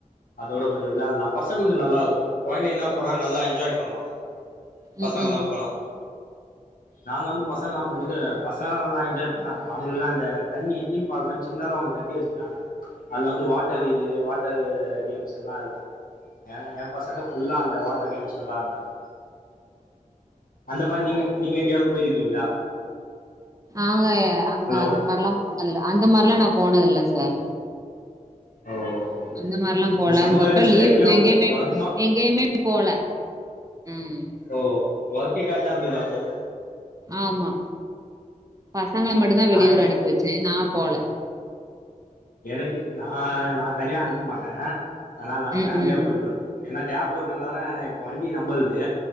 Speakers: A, on the left; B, on the right.
A: அதோட கொஞ்ஜோ விளாட்லா பசங்களுக்கு நல்லா இருக்கு கொழந்தைங்கெல்லா போனா நல்லா என்ஜாய் பண்ணுவாங்க பசங்களா
B: ம்ஹ்ம்.
A: போனா நாங்க வந்து பசங்களா போம்போது பசங்க எல்லா என்ஜாய் பண்ணாங்க அவங்களுக்கெல்லா அந்த தண்ணி தீம் பார்க் மாரி சின்னதா ஒன்னு கட்டி வெச்சிருக் அதுல வந்து வாட்டர் இது வாட்டர் கேம்ஸ் எல்லா இருக்கு ஏங்க என் பசங்க ஃபுல்லா அந்த வாட்டர் கேம்ஸ்ல தா இருந்தாங்க அந்த மாரி நீங்க நீங்க எங்கயாவது போயிருக்கீங்களா
B: ஆங்க அங்க
A: ஹலோ
B: அந்த மாரிலா போனதில அந்த மாரிலா நா போனதில்ல சார்
A: ஓ ஓகே
B: அந்த
A: ஓகே
B: மாரில்லா போல
A: இந்த சம்மர்
B: இந்தோட்ட
A: ஹாலிடேஸ்ல
B: லீவுக்கு
A: எங்கேயு
B: எங்கயுமே
A: ஒர்க்குமா
B: எங்கயுமே போல ம்.
A: ஓ ஒர்க்கே கரெட்டா இருந்ததா அப்போ
B: ஆமா பசங்கள மட்டு தா
A: நா
B: வெளியூர்
A: எ
B: அனுப்பி வச்சே நா போல
A: எனக்கு நா நா தனியா அனுப்ப மாட்டே அதனால நாங்க
B: ம்ஹ்ம்.
A: ஃபேமிலியா போயிட்டு வன்ட்டோ ஏனா கேப் ஓட்டுறதால இப்போ வண்டி நம்பல்து